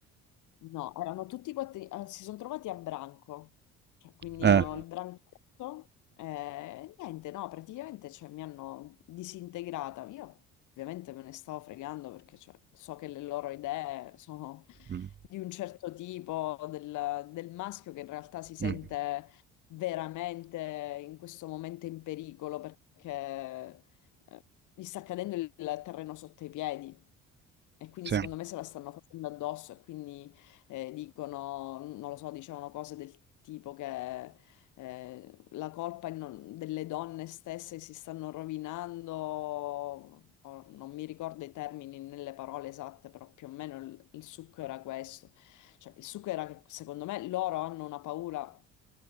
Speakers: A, on the left (about 75°); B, on the right (about 35°).
A: No, erano tutti quattro, eh, si sono trovati a branco, Cioè, quindi
B: Eh.
A: erano il branchetto e niente, no, praticamente cioè, mi hanno disintegrata. Io ovviamente me ne stavo fregando perché cioè, so che le loro idee sono
B: mm,
A: di un certo tipo, del, del maschio che in realtà si sente
B: mm,
A: veramente in questo momento in pericolo perché eh, gli sta cadendo il terreno sotto i piedi e quindi
B: Sì,
A: secondo me se la stanno facendo addosso e quindi eh, dicono, non lo so, dicevano cose del tipo che eh, la colpa è non- delle donne stesse che si stanno rovinando, o non mi ricordo i termini nelle parole esatte, però più o meno il il succo era questo. Cioè, il succo era che secondo me loro hanno una paura